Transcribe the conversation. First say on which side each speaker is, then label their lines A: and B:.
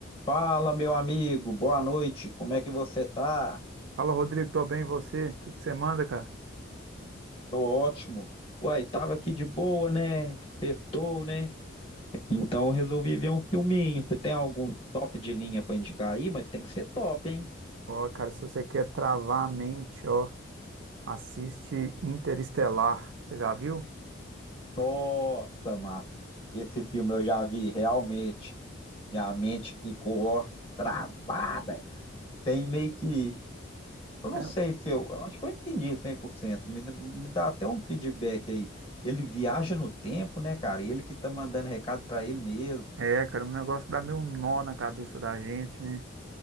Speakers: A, on the left (about 30°); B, on the right (about 70°).
A: Fala, meu amigo, boa noite, como é que você tá?
B: Fala, Rodrigo, tô bem, e você? O que que você manda, cara?
A: Tô ótimo. Uai, tava aqui de boa, né? Sextou, né? Então eu resolvi ver um filminho. Você tem algum top de linha pra indicar aí? Mas tem que ser top, hein?
B: Ó, cara, se você quer travar a mente, ó, assiste Interestelar. Você já viu?
A: Nossa, Márcio, esse filme eu já vi, realmente. Minha mente ficou, ó, travada. Tem meio que Eu não
B: É,
A: sei se eu, eu acho que eu entendi 100%. Me, dá- me dá até um feedback aí. Ele viaja no tempo, né, cara? Ele que tá mandando recado pra ele mesmo.
B: é, cara, um negócio que dá meio um nó na cabeça da gente, né?